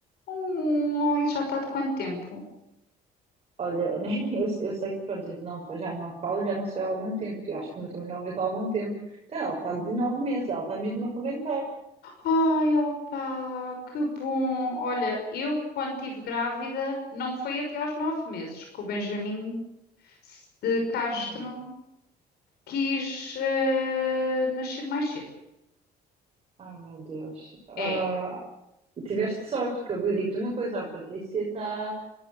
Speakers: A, on the left; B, on the right.
A: Hum, e já está de quanto tempo?
B: Olha, <laughs> nem- eu, eu sei que pronto, eu não, já não falo, já não sei há algum tempo. Eu acho que não- também não a vejo há algum tempo. Então, ela está de nove meses, ela está mesmo a arrebentar.
A: Ai, opa, que bom. Olha, eu quando estive grávida não foi até aos nove meses que o Benjamin de Castro
B: Então,
A: quis eh, nascer mais cedo.
B: ai meu Deus. Ah,
A: É,
B: Tiveste sorte, porque eu digo-te uma coisa, a Patrícia está.